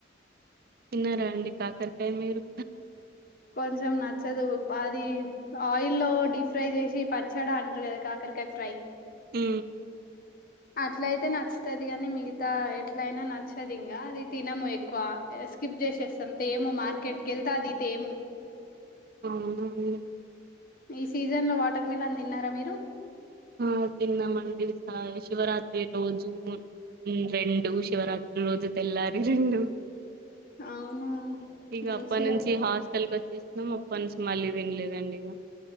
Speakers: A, on the right (about 55°); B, on the left (about 50°).
A: తిన్నార అండి కాకరకాయ మిరూ
B: కొంచం నచ్చదు అది ఆయి లో డీప్ ఫ్రై చేసి పచ్చడా అంటారు కదా కాక కె ఖఫ్రై
A: ఉ
B: అట్ల అయితే నచ్చుతది కాని మిగతా ఎట్లయినా నచ్చదు ఇంకా అది తినము ఎక్కువ స్కిప్ చేసేస్తాం తేము మార్కెట్ క వెళ్తా అది తేము
A: అవునండి
B: ఈ సీజన్ లో వాటర్ మిలన్ తిన్నారా మీరు
A: ఆ తిన్నామండి సా శివరాత్రి రోజు రెండు శివరాత్రి రోజు తెల్లాలి రెండు
B: అవునా
A: ఇక
B: మంచిగా
A: అప్ప నుంచి హాస్టల్ క వచ్చేసాం అప్పనుంచి మళ్ళీ వినలేదండి ఇక